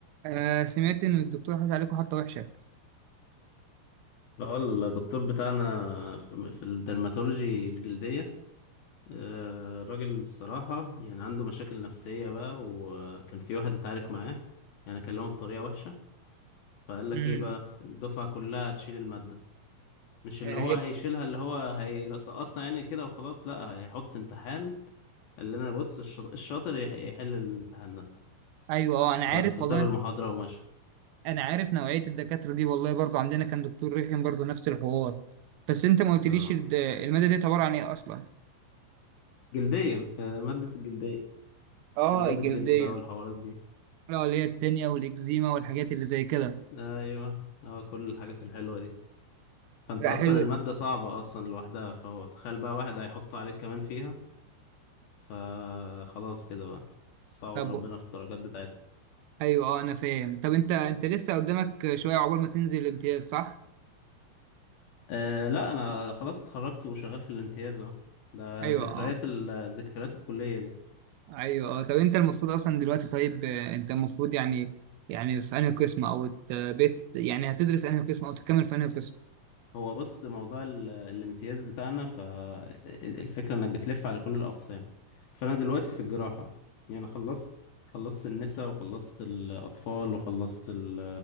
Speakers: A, on the right; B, on the left.
A: آه سمعت ان الدكتور حاطط عليكم حطه وحشه
B: اه الدكتور بتاعنا في في الدرماتولوجي الجلدية آه، راجل الصراحة يعني عنده مشاكل نفسية بقى وكان في واحد اتعارك معاه يعني كلمه بطريقة وحشة فقال لك
A: امم
B: ايه بقى الدفعة كلها هتشيل المادة مش اللي
A: آه
B: هو
A: إيه،
B: هيشيلها اللي هو هيسقطنا يعني كده وخلاص لا هيحط امتحان قال لنا بص الش- الشاطر يح- يحل الامتحان ده
A: ايوه اه انا عارف
B: وبس وساب
A: والله
B: المحاضرة ومشى
A: انا عارف نوعيه الدكاتره دي والله برضو عندنا كان دكتور رخم برضو نفس الحوار بس انت ما قلتليش
B: اه
A: ال- الماده دي عباره عن ايه اصلا
B: جلدية آه، مادة الجلدية
A: اه
B: أمراض
A: الجلديه
B: الجلد بقى والحوارات دي
A: لا اللي هي التانية والاكزيما والحاجات اللي زي كده
B: ايوه اه كل الحاجات الحلوه دي فانت
A: لا
B: اصلا
A: حلو
B: الماده صعبه اصلا لوحدها فهو تخيل بقى واحد هيحط عليك كمان فيها فخلاص كده بقى استعوض
A: طب
B: ربنا في الدرجات بتاعتها
A: ايوه اه انا فاهم طب انت انت لسه قدامك شويه عقبال ما تنزل الامتياز صح
B: أه لا انا خلاص اتخرجت وشغال في الامتياز اهو ده
A: ايوه
B: ذكريات
A: اه
B: ال... ذكريات الكليه دي
A: ايوه آه، طب انت المفروض اصلا دلوقتي طيب آه، انت المفروض يعني يعني في انهي قسم او ت- بت يعني هتدرس انهي قسم او تكمل في انهي قسم
B: هو بص موضوع ال... الامتياز بتاعنا فالفكره انك بتلف على كل الاقسام فانا دلوقتي في الجراحه يعني خلصت خلصت النساء وخلصت الأطفال وخلصت ال-